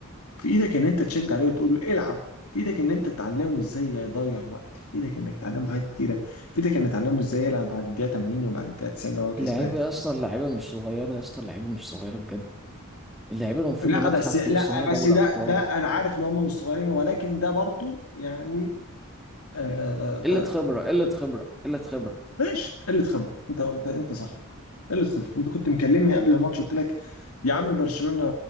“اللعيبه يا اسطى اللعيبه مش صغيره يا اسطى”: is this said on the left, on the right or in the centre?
Centre